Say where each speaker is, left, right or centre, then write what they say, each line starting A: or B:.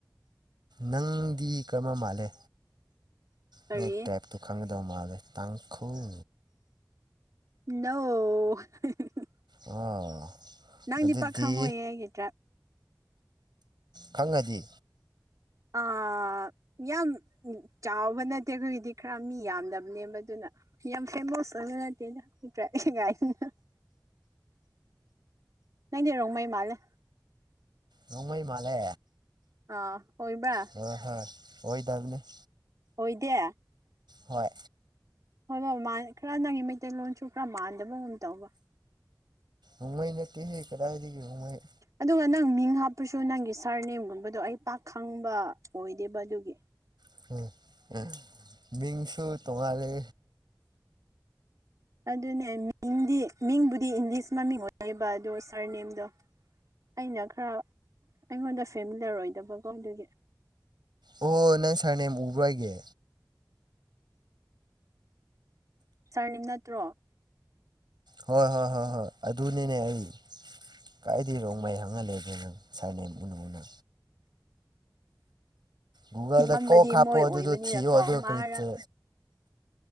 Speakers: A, on the right (about 85°); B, on the right (about 50°).
A: ꯅꯪꯗꯤ ꯀꯔꯝꯕ ꯃꯥꯜꯂꯦ
B: ꯀꯔꯤ
A: ꯅꯣꯏ ꯇ꯭ꯔꯥꯏꯞ ꯇꯨ ꯈꯪꯒꯗꯧ ꯃꯥꯜꯂꯦ ꯇꯥꯡꯈꯨꯜ
B: ꯅꫭ <unintelligible>
A: ꯑꯣ
B: ꯅꯪꯗꯤ
A: ꯑꯗꯨꯗꯤ
B: ꯄꯥꯛ ꯈꯪꯉꯣꯏꯌꯦ ꯑꯩꯒꯤ ꯗ꯭ꯔꯥꯏꯕ
A: ꯈꯪꯉꯗꯤ
B: ꯑꯥ ꯌꯥꯝ ꯆꯥꯎꯕ ꯅꯠꯇꯦ ꯑꯩꯈꯣꯏꯒꯤꯗꯤ ꯈꯔ ꯃꯤ ꯌꯥꯝꯗꯕꯅꯦꯕ ꯑꯗꯨꯅ ꯌꯥꯝ ꯐꯦꯃꯁ ꯑꫭꯏꯕ ꯅꯠꯇꯦꯗ ꯑꯈꫭꯏ ꯇ꯭ꯔꯥꯏꯕ ꯒꯥꯏꯅ ꯅꯪꯗꯤ ꯔꫭꯡꯃꯩ ꯃꯥꯜꯂꯦ
A: ꯅꯣꯡꯃꯩ ꯃꯥꯂꯦ
B: ꯑ ꯑꯣꯏꯕ꯭ꯔ
A: ꯍꫭꯏ ꯍꯣꯏ ꯑꯣꯏꯗꯕꯅꯤ
B: ꯑꯣꯏꯗꯦ
A: ꯍꯣꯏ
B: ꯍꯣꯏ ꯕ ꯈꯔ ꯅꯪꯒꯤ ꯃꯩꯇꯩꯂꯣꯟꯁꯨ ꯈꯔ ꯃꯥꯟꯗꯕꯒꯨꯝ ꯇꯧꯕ
A: ꯎꯪꯉꯩ ꯅꯠꯇꯦ ꯀꯗꯥꯥꯏꯗꯒꯤ ꯎꯡꯍꯩ
B: ꯑꯗꯨꯒ ꯅꯪ ꯃꯤꯡ ꯍꯥꯞꯄꯁꯨ ꯅꯪꯒꯤ ꯁꯥꯔ ꯅꯦꯝꯒꯨꯝꯕꯗꯣ ꯑꯩ ꯄꯥꯛꯈꯪꯕ ꯑꯣꯏꯗꯦꯕ ꯑꯗꯨꯒꯤ
A: <unintelligible> ꯃꯤꯡꯁꯨ ꯇꯣꯉꯥꯂꯦ
B: ꯑꯗꯨꯅꯦ ꯃꯤꯡꯗꯤ ꯃꯤꯡꯕꯨꯗꯤ ꯏꯪꯂꯤꯁ ꯃꯃꯤꯡ ꯑꯣꯏꯅꯩꯕ ꯑꯗꯨ ꯁꯥꯔ ꯅꯦꯝꯗꯣ ꯑꯩꯅ ꯈꯔ ꯑꯩꯉꯣꯟꯗ ꯐꯦꯃꯤꯂꯔ ꯑꯣꯏꯗꯕꯀꯣ ꯑꯗꯨꯒꯤ
A: ꯑꯣ ꯅꯪ ꯁꯥꯔꯅꯦꯝ ꯎꯕ꯭ꯔꯣ ꯑꯩꯒꯤ꯫
B: ꯁꯥꯔꯅꯦꯝ ꯅꯠꯇ꯭ꯔꯣ꯫
A: ꯍꯣꯏ ꯍꯣꯏ ꯍꯣꯏ ꯑꯗꯨꯅꯤꯅꯦ ꯑꯩ꯫ ꯀꯥꯏꯗꯩꯩ ꯔꯣꯡꯃꯩ ꯍꯪꯉꯥ ꯂꯩꯔꯤꯅꯣ ꯁꯥꯔ ꯅꯦꯝ ꯎꯅ ꯎꯅ꯫ ꯒꯨꯒꯜꯗ
B: ꯍꯝꯕꯗꯤ
A: ꯀꯣꯛ ꯍꯥꯄꯣ
B: ꯃꯣꯏ
A: ꯑꯗꯨꯗꯣ
B: ꯑꯣꯏꯕꯅꯤꯅꯀꯣ
A: ꯊꯤꯌꯣ ꯑꯗꯨ
B: ꯃꯥꯔ
A: ꯀꯔꯤ ꯆꯥ